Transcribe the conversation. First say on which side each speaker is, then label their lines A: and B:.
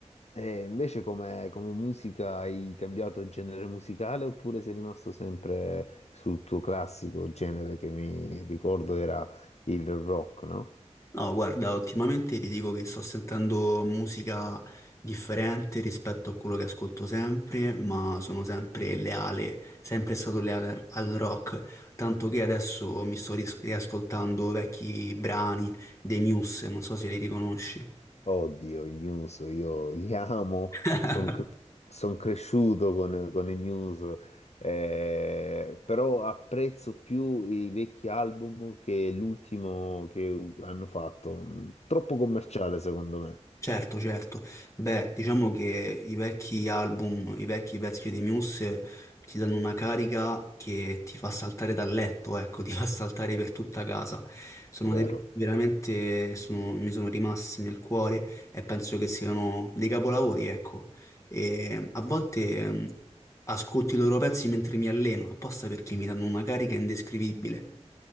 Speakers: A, on the left; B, on the left.
A: eh, invece come, come musica hai cambiato genere musicale oppure sei rimasto sempre sul tuo classico genere che mi ricordo era il rock, no?
B: No, guarda, ultimamente ti dico che sto sentendo musica differente rispetto a quello che ascolto sempre, ma sono sempre leale, sempre stato leale al al rock, tanto che adesso mi sto ris- riascoltando vecchi brani dei Muse, non so se li riconosci.
A: Oddio, i Muse, io li amo,
B: <laughs>
A: sono cresciuto con, con i Muse, eh, però apprezzo più i vecchi album che l'ultimo che hanno fatto. Troppo commerciale, secondo me.
B: Certo, certo. Beh, diciamo che i vecchi album, i vecchi pezzi di Muse ti danno una carica che ti fa saltare dal letto, ecco, <laughs> ti fa saltare per tutta casa. Sono
A: Vero.
B: dei pezzi che veramente sono- mi sono rimasti nel cuore e penso che siano dei capolavori, ecco. E a volte mh, ascolto i loro pezzi mentre mi alleno, apposta perché mi danno una carica indescrivibile.